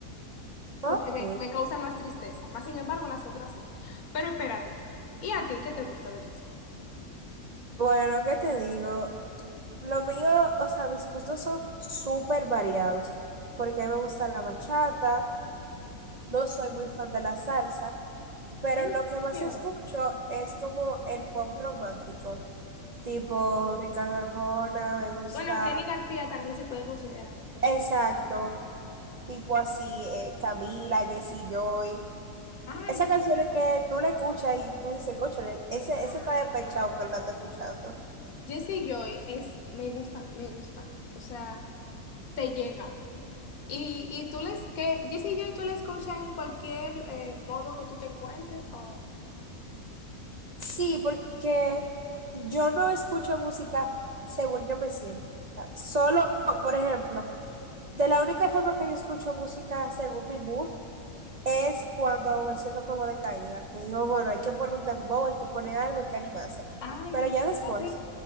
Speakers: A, on the right; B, on the left.
A: Ok.
B: porque me, me causa más tristeza. Más sin embargo, las otras no. Pero espérate, ¿y a ti qué te gusta de música?
A: Bueno, ¿qué te digo? Lo mío, o sea, mis gustos son súper variados, porque a mí me gusta la bachata, no soy muy fan de la salsa, pero
B: ¿En
A: lo que más
B: serio?
A: escucho es como el pop romántico. tipo Ricardo Arjona, me gusta,
B: Bueno, Kenny García también se puede considerar un pop
A: exacto,
B: rock.
A: tipo así, eh, Camila, Jesse Joy.
B: Ay,
A: Esas
B: Dios.
A: canciones que tú le escuchas y tú dices, cóchale, ese, ese está despechado que la está escuchando.
B: Jessie Joy es, me gusta, me gusta, o sea, te llega. Y, y tú les, que Jessie Joy tú la escuchas en cualquier eh, modo que tú te encuentres o...
A: Sí, porque yo no escucho música según yo me sienta. Solo, por ejemplo, De la única forma que yo escucho música según mi mood es cuando me siento como decaída, que digo, bueno, hay que poner un dembow, hay que poner algo, hay que animarse.
B: Ay,
A: Pero
B: pero
A: ya
B: espérate,
A: después,